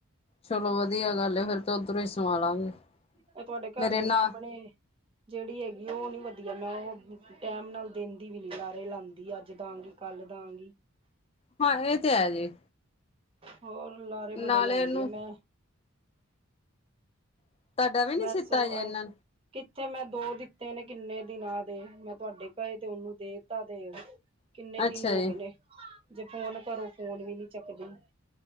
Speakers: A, on the left; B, on the right.
A: ਚਲੋ ਵਧੀਆ ਗੱਲ ਏ, ਫਿਰ ਤੇ ਓਧਰੋਂ ਹੀ ਸਵਾ ਲਾਂਗੇ।
B: ਇਕ ਤੁਆਡੇ ਘਰ
A: ਮੇਰੇ
B: ਦੇ
A: ਨਾਲ
B: ਸਾਮਣੇ ਜੇੜੀ ਹੈਗੀ ਓ ਨੀ ਵਧੀਆ, ਮੈਂ ਓ ਟੈਮ ਨਾਲ ਦੇਂਦੀ ਵੀ ਨੀ, ਲਾਰੇ ਲਾਂਦੀ ਅੱਜ ਦਾਂਗੀ ਕੱਲ ਦਾਂਗੀ।
A: ਹਾਂ ਇਹ ਤੇ ਹੈ ਜੀ।
B: ਹੋਰ ਲਾਰੇ ਬੜੇ
A: ਨਾਲੇ
B: ਲਾਂਦੀ
A: ਇਹਨੂੰ
B: ਏ, ਮੈਂ
A: ਤੁਹਾਡਾ ਵੀ ਨੀ
B: ਮੈਂ,
A: ਸੀਤਾ ਜੇ ਇਹਨਾਂ
B: ਕਿੱਥੇ ਮੈਂ ਦੋ ਦਿੱਤੇ ਨੇ ਕਿੰਨੇ ਦਿਨਾਂ ਦੇ ਮੈਂ। ਤੁਹਾਡੇ ਘਰੇ ਤੇ ਉਹਨੂੰ ਦੇ ਤਾ ਤੇ, ਕਿੰਨੇ
A: ਨੇ
B: ਦਿਨ
A: ਅੱਛਾ
B: ਹੋ
A: ਜੀ।
B: ਗਏ ਨੇ। ਜੇ ਫੋਨ ਕਰੋ ਫੋਨ ਵੀ ਨੀ ਚੱਕਦੀ।